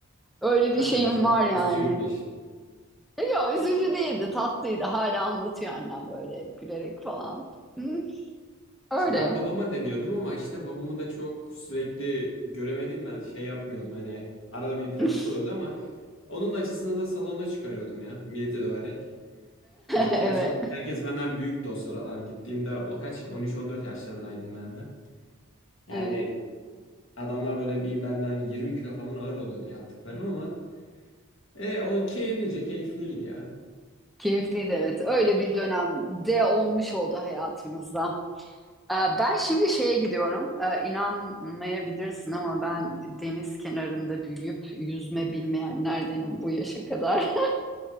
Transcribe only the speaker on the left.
Ah
be çok
üzücü bitmiş.
İşte ben babama deniyordum ama işte babamı da çok sürekli göremediğimden şey yapmıyordum hani arada bir pratik
oluyordu ama onun acısını da salonda çıkarıyordum ya millete döverek. Yani
gerçi orada herkes benden büyüktü o sıralar. Gittiğimde o kaç 13-14 yaşlarındaydım ben de. Yani
adamlar böyle bir benden 20 kilo falan ağır oluyordu yaptıklarım ama e, o keyiflice keyifliydi ya.